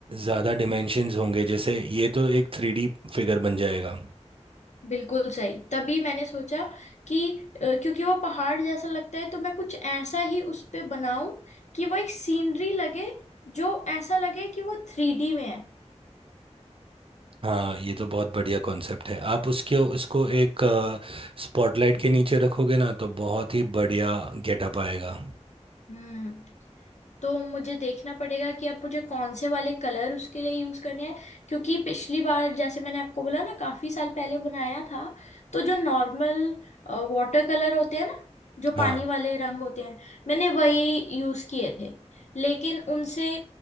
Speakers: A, on the right (about 50°); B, on the left (about 75°).
A: ज़्यादा डिमेंशंस होंगे जैसे ये तो एक थ्री डी फिगर बन जाएगा
B: बिल्कुल सही तभी मैंने सोचा कि अ, क्योंकि वो पहाड़ जैसा लगता है तो मैं कुछ ऐसा ही उस पे बनाऊं कि वो एक सीनरी लगे जो ऐसा लगे कि वो थ्री डी में है
A: हाँ ये तो बहुत बढ़िया कॉन्सेप्ट है आप उसके उसको एक स्पॉटलाइट के नीचे रखोगे ना तो बहुत ही बढ़िया गेटअप आएगा
B: हम्म तो मुझे देखना पड़ेगा कि अब मुझे कौन से वाले कलर उसके लिए यूज करने हैं क्योंकि पिछली बार जैसे मैंने आपको बोला ना काफी साल पहले बनाया था तो जो नॉर्मल वाटर कलर होते हैं ना जो पानी
A: हाँ
B: वाले रंग होते हैं मैंने वही यूज किए थे लेकिन उनसे